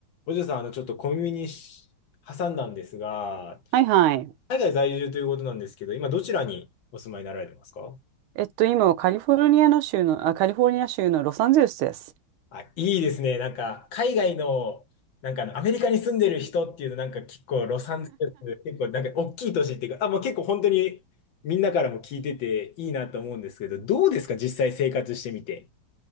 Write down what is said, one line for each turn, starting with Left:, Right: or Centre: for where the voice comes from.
Left: お嬢さん、あの、ちょっと小耳にし挟んだんですが、
Right: はいはい。
Left: 海外在住ということなんですけど、今どちらにお住まいになられてますか
Right: えっと、今はカリフォルニアの州の、あ、カリフォルニア州のロサンゼルスです。
Left: あ、いいですね。なんか、海外の、なんかあの、アメリカに住んでる人っていうの、なんか結構ロサンゼルス、結構なんか大きい都市っていうか、あ、もう結構本当にみんなからも聞いてていいなと思うんですけど、どうですか実際生活してみて。